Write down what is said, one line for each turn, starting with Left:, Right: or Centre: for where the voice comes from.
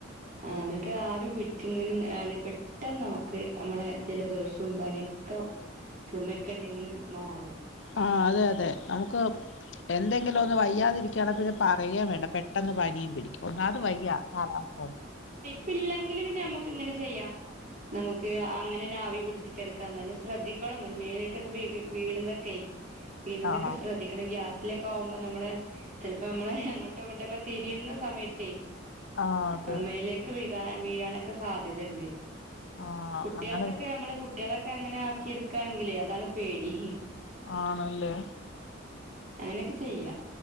Right: ആ ഇന്നട്ട് ആവി പിടിച്ചിങ്ങനെ ന്നാല് പെട്ടെന്ന് നമുക്ക് നമ്മളെ ജലദോഷവും പനിം ക്കം ചുമെക്കണ്ടെങ്കിലും മാറും.
Left: ആ അതെ അതെ നമുക്ക് എന്തെങ്കിലും ഒന്ന് വയ്യാതിരിക്കാണെപിന്നെ പറയേം വേണ്ട. പെട്ടെന്ന് പനിം പിടിക്കും. ക്കാത വയ്യ കാലാവസ്ഥേ
Right: പ്പില്ലങ്കില് പിന്നെ നമ്മക്ക്ങ്ങനെ ചെയ്യാ. നമുക്ക് അങ്ങനെന്നെ ആവി പിടിപ്പിച്ചെടുക്കാ. നല്ല ശ്രദ്ധിക്കണംന്നുള്ളൂ മേലേക്കൊക്കേ വീ വീണുന്നൊക്കേ. പിന്നെതൊക്കെ
Left: ആഹ്
Right: ശ്രദ്ധിക്കണം. ഗ്യാ സ് ലൊക്കാവുമ്പോ നമ്മളെ ചിലപ്പോമ്മളെ അങ്ങോട്ടോ ഇങ്ങോട്ടൊക്കെ തിരിയുന്ന സമയത്തേ
Left: ആഹ് അതെ
Right: ആ മേലേക്ക് വീഴ് കാ വീഴാനൊക്ക സാധ്യതണ്ട്.
Left: ആഹ്
Right: കുട്യാൾതൊക്കേ
Left: അങ്ങനെ
Right: നമ്മള് കു ട്യാളൊക്കേ അങ്ങനെ ആക്കിട്ക്കാണങ്കിലേ അതാണ് പേടി.
Left: ആണല്ലേ
Right: അങ്ങനൊക്കേ ചെയ്യാ.